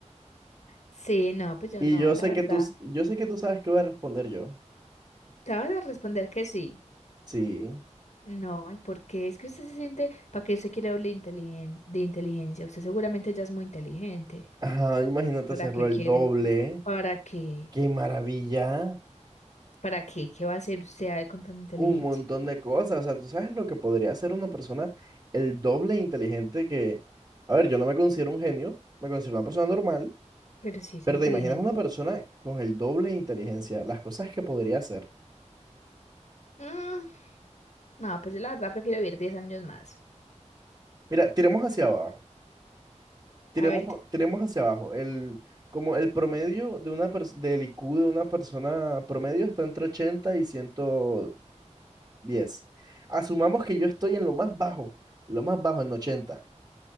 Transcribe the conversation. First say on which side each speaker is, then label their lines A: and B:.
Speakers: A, on the left; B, on the right.
A: Sí, no, pues yo
B: Y
A: no,
B: yo
A: la
B: sé
A: verdad.
B: que tú, s- yo sé que tú sabes qué voy a responder yo.
A: Te vas a responder que sí.
B: Sí.
A: No, ¿y por qué? Es que usted se siente, ¿para qué usted quiere hablar de inteligen- de inteligencia? Usted seguramente ya es muy inteligente.
B: Ajá, imagínate
A: ¿Para
B: hacerlo
A: qué
B: el
A: quieres?
B: doble.
A: ¿Para qué?
B: ¡Qué maravilla!
A: ¿Para qué? ¿Qué va a hacer usted con tanta inteligencia?
B: Un montón de cosas. O sea, tú sabes lo que podría hacer una persona el doble inteligente que... A ver, yo no me considero un genio, me considero una persona normal,
A: Pero si es
B: pero
A: inteligente.
B: te imaginas una persona con el doble de inteligencia, las cosas que podría hacer.
A: Mm, no, pues yo la verdad prefiero vivir 10 años más.
B: Mira, tiremos hacia abajo. Tiremos,
A: A ver.
B: tiremos hacia abajo. El, como el promedio de una pers- del IQ de una persona promedio está entre 80 y ciento diez. Asumamos que yo estoy en lo más bajo, lo más bajo en ochenta